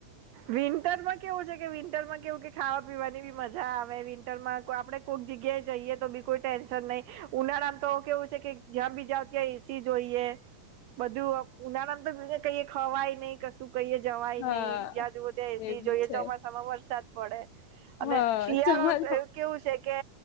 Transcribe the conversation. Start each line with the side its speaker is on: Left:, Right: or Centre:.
Right: વિન્ટરમાં કેવું છે કે વિન્ટરમાં કેવું કે ખાવા પીવાની બી મજા આવે વિન્ટરમાં આપડણે કોઈક જગ્યાએ જઈએ તો બી કોઈ ટેન્શન નહીિ ઉનાળામાં તો કેવું છે કે જ્યાં બીજાઓ ત્યાં એસી જોઈએ.
Left: <inaudible>
Right: બધું ઉનાળામાં તો કહી ખવાય નહી કશું કહીે જવાય,
Left: હા
Right: નહી જ્યાં જુવઓ ત્યાં એસી
Left: એ બી
Right: જોઈએ
Left: છે
Right: ચોમાસા માં વરસાદ પડે
Left: હા
Right: અને શિયાળો
Left: તમાર
Right: એવ કેવું છે. કે